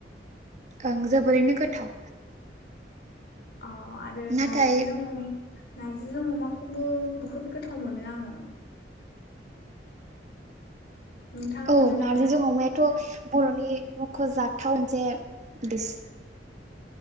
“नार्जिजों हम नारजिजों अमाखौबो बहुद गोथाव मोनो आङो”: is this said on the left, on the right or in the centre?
Left